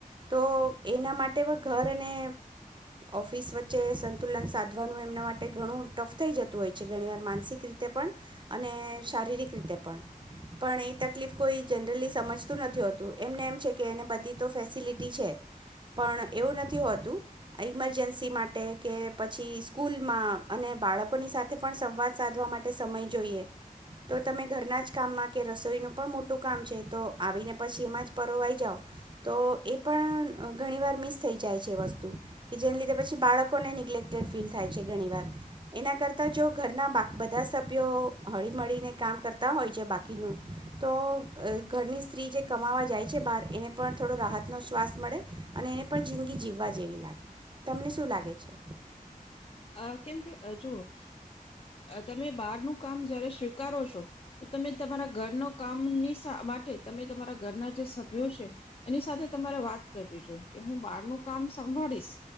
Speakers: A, on the right; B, on the left.
A: તો એના માટે પણ ઘર અને ઓફિસ વચ્ચે સંતુલન સાધવાનું એમના માટે ઘણું ટફ થઈ જતું હોય છે ઘણીવાર માનસિક રીતે પણ અને શારીરિક રીતે પણ પણ એ તકલીફ કોઈ જનરલી સમજતું નથી હોતું એમને એમ છે કે એને બધી તો ફેસિલિટી છે પણ એવું નથી હોતું ઇમરજન્સી માટે કે પછી સ્કૂલમાં અને બાળકોની સાથે પણ સંવાદ સાધવા માટે સમય જોઈએ તો તમે ઘરના જ કામમાં કે રસોઈનું પણ મોટું કામ છે તો આવીને પછી એમાં જ પરોવાઈ જાઓ તો એ પણ ઘણી વાર મિસ થઈ જાય છે વસ્તુ કે જેને લીધે પછી બાળકોને નિનેગ્લેક્ટેડ ફીલ થાય છે ઘણી વાર એના કરતાં જો ઘરના બા બધા સભ્યો હળીમળીને કામ કરતા હોય છે બાકીનું તો ઘરની સ્ત્રી જે કમાવા જાય છે બહાર એને પણ થોડો રાહતનો શ્વાસ મળે અને એને પણ જિંદગી જીવવા જેવી લાગે તમને શું લાગે છે.
B: અ કેમ કે જોુ તમે બહારનું કામ જયારે સ્વીકારો છો તો તમે તમારા ઘરના કામની માટે તમે તમારા ઘરના જે સભ્યો છે એની સાથે તમારે વાત કરવી જોઈ કે હું બહારનું કામ સંભાળીશ